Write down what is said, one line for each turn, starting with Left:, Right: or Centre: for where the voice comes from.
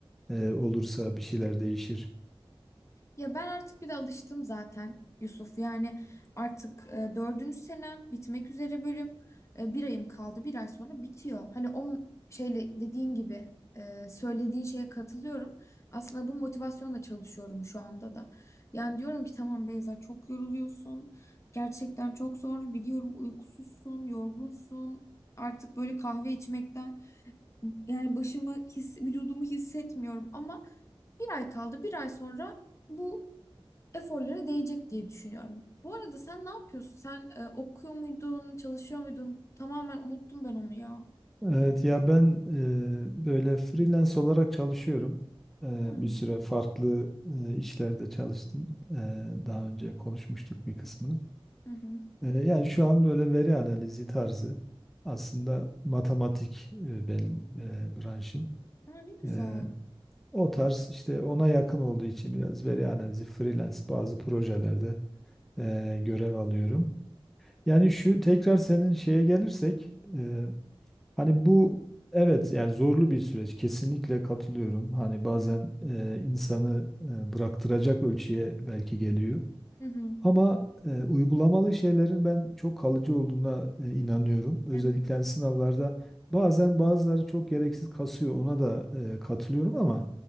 Centre: e, olursa bir şeyler değişir.
Left: Ya ben artık bir de alıştım zaten Yusuf. Yani artık e, dördüncü senem bitmek üzere bölüm. E, bir ayım kaldı. Bir ay sonra bitiyor. Hani o m- şeyle dediğin gibi e, söylediğin şeye katılıyorum. Aslında bu motivasyonla çalışıyorum şu anda da. Yani diyorum ki tamam Beyza çok yoruluyorsun. Gerçekten çok zor. Biliyorum uykusuzsun, yorgunsun. Artık böyle kahve içmekten yani başımı his, vücudumu hissetmiyorum ama bir ay kaldı. Bir ay sonra bu eforlara değecek diye düşünüyorum. Bu arada sen ne yapıyorsun? Sen e, okuyor muydun, çalışıyor muydun? Tamamen unuttum ben onu ya.
Centre: Evet ya ben e, böyle freelance olarak çalışıyorum. E,
Left: Hmm.
Centre: bir süre farklı e, işlerde çalıştım. E, daha önce konuşmuştuk bir kısmını.
Left: Hı hı.
Centre: E, Yani şu an böyle veri analizi tarzı aslında matematik e, benim e, branşım.
Left: Ha, ne güzel.
Centre: E, o tarz işte ona yakın olduğu için biraz veri analizi freelance bazı projelerde e, görev alıyorum. Yani şu tekrar senin şeye gelirsek e, hani bu evet yani zorlu bir süreç kesinlikle katılıyorum. Hani bazen
Left: Hı hı.
Centre: e, insanı e, bıraktıracak ölçüye belki geliyor.
Left: Hı hı.
Centre: Ama e, uygulamalı şeylerin ben çok kalıcı olduğuna e, inanıyorum. Özellikle
Left: Evet.
Centre: hani sınavlarda bazen bazıları çok gereksiz kasıyor. Ona da e, katılıyorum ama